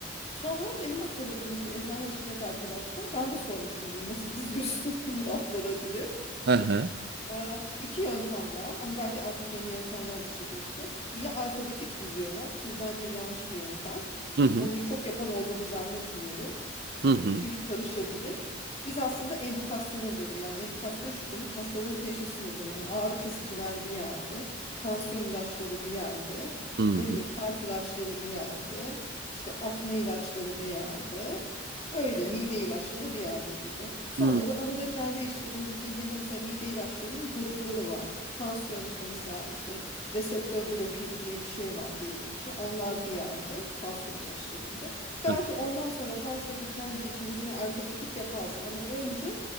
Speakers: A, on the left; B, on the right.
A: Sonra benim hatırladığım işte eczane açacak arkadaşlar. Ben de sormuştum bunu nasıl diziyorsunuz <laughs> bunu raflara diye.
B: Hı hı.
A: Ee, iki yöntem var ama belki artık yeni yöntemler de çıkmıştı. Ya alfabetik diziyorlar ki bu bence bir yanlış bir yöntem.
B: Hı hı.
A: Onu çok yapan olduğunu zannetmiyorum.
B: Hı hı.
A: Çünkü karışabilir. Biz aslında endikasyona göre yani endikasyon şu demek hastalığın teşhisine göre yani ağrı kesiciler bir yerde, tansiyon ilaçları bir yerde,
B: Hı hı.
A: ne bileyim kalp ilaçları bir yerde, işte akne ilaçları bir yerde. Öyle mide ilaçları bir yerde gibi. Sonra
B: Hı
A: da onu da kendi içlerinde yeni mesela mide ilaçlarının grupları var. Tansiyon işte mesela işte reseptör blokörü diye bir şey var diyelim ki. Onlar bir yerde tansiyon ilaçlarında. Belki
B: hı.
A: ondan sonra her şeyi de kendi içinde yine alfabetik yaparsın ama önce